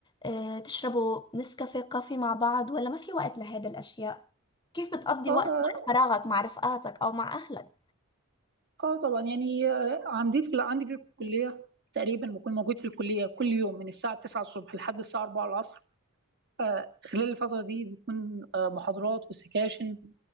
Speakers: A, on the left; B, on the right.
A: آه، تشربوا نسكافيه كافي مع بعض ولا ما في وقت لهذه الأشياء كيف بتقضي
B: اه
A: وقت
B: اه
A: وقت فراغك مع رفقاتك أو مع أهلك
B: آه، طبعا يعني آه، عندي في عندي في الكلية تقريبا بكون موجود في الكلية كل يوم من الساعة 9 الصبح لحد الساعة 4 العصر آه، خلال الفترة دي بيكون آه، محاضرات وسكاشن